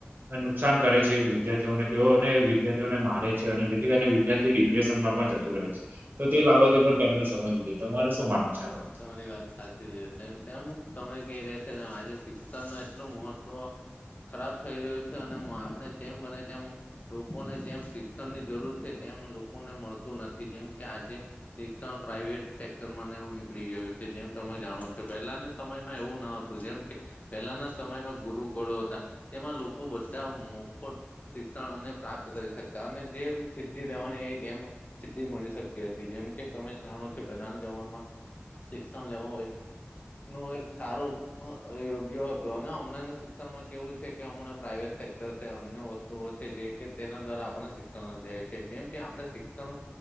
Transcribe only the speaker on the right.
નુકસાન કરે છે વિદ્યાર્થીઓને તેઓને વિદ્યાર્થીઓને મારે છે અને જેથી કરીને ત્યાંથી ડિપ્રેશનમાં પણ જતું રહે છે તો તે બાબતે પણ તેમને સમજવુ જોઈએ. તમારે શું માનવું છે આ બાબત?